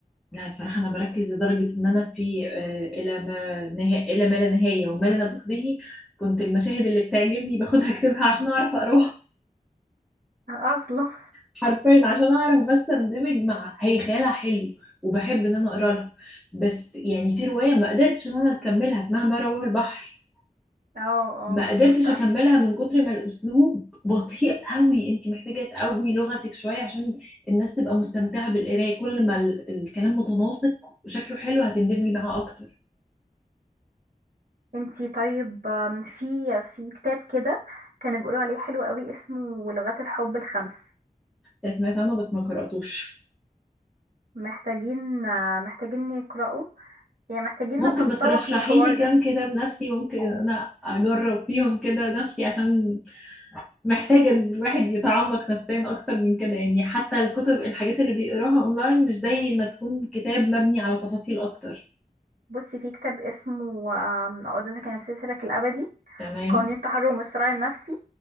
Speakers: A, in the centre; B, on the right (about 65°).
A: لا بصراحه انا بركز لدرجه ان انا في آه، الى ما نها... الى ما لا نهايه وما لا نبوح به كنت المشاهد اللي بتعجبني باخدها اكتبها عشان اعرف اقراها
B: اصلا
A: حرفيا عشان اعرف بس اندمج مع هي خيالها حلو وبحب ان انا اقرا لها بس يعني في روايه ما قدرتش ان انا اكملها اسمها ما رواه البحر
B: اه اه
A: ما قدرتش
B: شفتها
A: اكملها من كتر ما الاسلوب بطيء قوي انت محتاجه تقوي لغتك شويه عشان الناس تبقى مستمتعه بالقرايه كل ما ال- الكلام متناسق وشكله حلو هتندمجي معاه اكتر
B: انتي طيب آم، في في كتاب كده كانوا بيقولوا عليه حلو قوي اسمه لغات الحب الخمس
A: آه، سمعت عنه بس ما قراتوش
B: محتاجين آه، محتاجين نقرأه يعني محتاجين
A: ممكن
B: نتطوق
A: بس رشحي
B: للحوار
A: لي كام
B: ده
A: كتاب نفسي ممكن انا اجرب فيهم كده نفسي عشان محتاجة ان الواحد يتعمق نفسيا اكتر من كده يعني حتى الكتب الحاجات اللي بيقراها اونلاين مش زي ما تكون كتاب مبني على تفاصيل اكتر
B: بصي في كتاب اسمه آم، عقدتك النفسية سرك الأبدي
A: تمام
B: قوانين التحرر والصراع النفسي